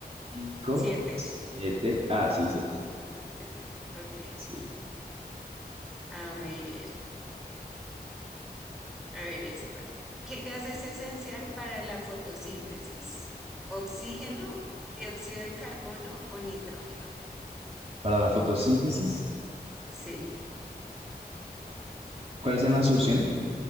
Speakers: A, on the right; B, in the centre.
A: Cinco,
B: ¿Siete?
A: siete. Ah, sí, siete.
B: Siete. Ok.
A: Sí.
B: A ver, a ver esta. ¿Qué gas es esencial para la fotosíntesis? ¿Oxígeno, dióxido de carbono o nitrógeno?
A: Para la fotosíntesis.
B: Sí.
A: ¿Cuáles eran las opciones?